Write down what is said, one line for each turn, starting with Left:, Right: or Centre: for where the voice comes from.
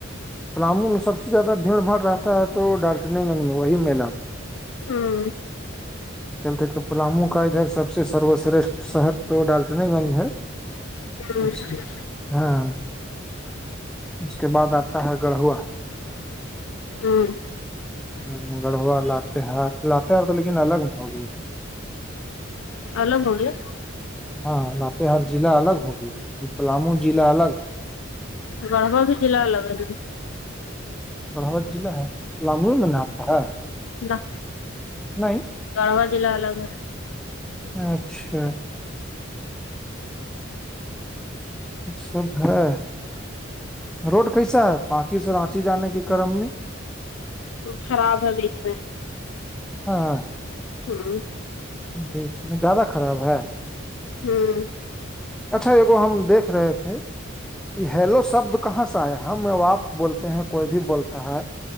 Centre: پلامو میں سب سے زیادہ بھیڑ بھاڑ رہتا ہے تو ڈالٹن گنج میں وہی میلہ
Left: ہاں
Centre: چلتے کہ پلامو کا ادھر سب سے سروشرشٹھ شہر تو ڈالٹنی گنج ہے
Left: ہ <unintelligible>
Centre: اس
Left: <inaudible>
Centre: ہاں اس کے بعد آتا ہے گڑھوا
Left: ہوں
Centre: ہ گڑھوا لاتے ہار لاتے ہار تو لیکن الگ نہ ہوگیا
Left: ال لگ ہوگے
Centre: ہاں بات ہر ضلع الگ ہوگی یہ پلامو ضلع الگ ہے
Left: بڑ با بھی چل الگ ہےے
Centre: بڑھاوت ضع ہے لموے میں نہاتا ہے
Left: اللہ
Centre: نہیں
Left: تڑوا جلہ الگ ہے
Centre: اچھا یہ سب ہے روڈ کیسا ہے پانکی سے رانچی جانے کے کرم میں
Left: خراب ہے بیچ میں
Centre: ہاں
Left: ہاں
Centre: بیچ میں زیادہ خراب ہے
Left: ہوں
Centre: اچھا یہگو ہم دیکھ رہے تھے ہیلو شبد کہاں سا آ ہے ہم آپ بولتے ہیں کوئی بھی بولتا ہے